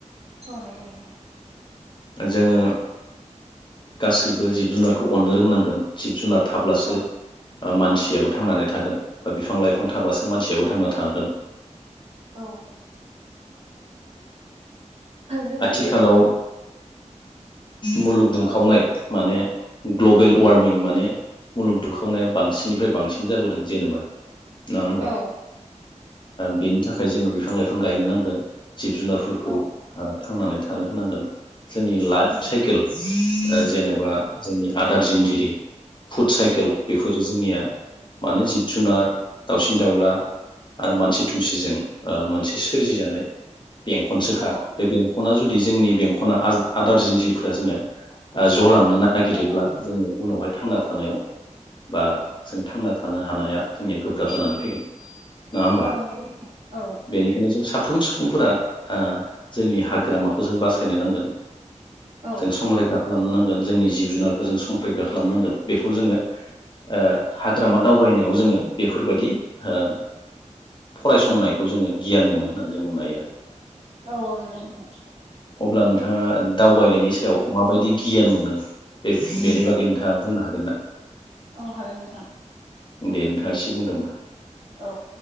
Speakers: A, on the right (about 60°); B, on the left (about 40°).
A: औ नंगौ नोंथां
B: जोङो गासैबो जिब जुनारखौ अननो रोंनांगोन जिब जुनार थाब्लासो
A: औ
B: मानसियाबो थांनानै थागोन बा बिफां लाइफां थाबासो मानसियाबो थांना थागोन
A: औ बेबायदि
B: आथिखालाव
A: औ
B: मुलुग दुंखावनाय
A: औ
B: माने ग्लबेल वार्मिं माने मुलुग दुखावनाया बांसिननिफ्राय बांसिन जाबोदों जेनेबा नङा होमबा
A: औ
B: बेनि थाखाय जोङो बिफां लाइफां जों गायनो नांगोन जिब जुनारफोरखौ
A: औ
B: ओ थांनानै थानो होनां गोन जोंनि लाइफ
A: उम
B: साइकेल ओ जेनेबा
A: औ
B: जोंनि आद दारजिनजिरि फुड साइकेल
A: औ औ
B: बेफोरो जोंनिया माने जिब जुनार दाउसिन दावला आरो मानसि दुमसिजों ओ मोनसे सोरजिजानाय बेंखनसोखा
A: औ
B: बे बेंख'ना जुदि जोंनि बेंख' ना आज-आदार जिनजिफोरा जोंनिया ओ ज'लांनो नागिरोब्ला
A: औ
B: जोङो उनावहाय थांना
A: औ
B: थानायाव बा जों थांना थानो हानाया जोंनिया गोब्राब जानानै फैगोन नङा होमबा
A: औ नंगौ नोंथां औ
B: बेनिखायनो जों सा फ्रोम सुबुंफोरा ओ जोंनि हाग्रामाखौ जों बासायनो नांगोन
A: औ
B: जों संरैखा खालामनो नांगोन जोंनि जिब जुनारखौ जों संखरैखा खालामनांगोन बेखौ जोङो ओ हाग्रामा दावबायनायाव जोङो बेफोरबायदि ओ फ-फरायसंनायखौ जोङो गियान मोनो होननानै जों बुंनो हायो आरो ।
A: औ औ नंगौ नोंथां ।
B: अब्ला नोंथाङा दावबायनायनि सायाव माबायदि गि गियान मोनो बे-बेनि
A: औ
B: बागै नोंथाङा बुंनो हागोन ना?
A: औ हागोन नोंथां
B: दे नोंथाङा एसे बुंदों होमबा
A: औ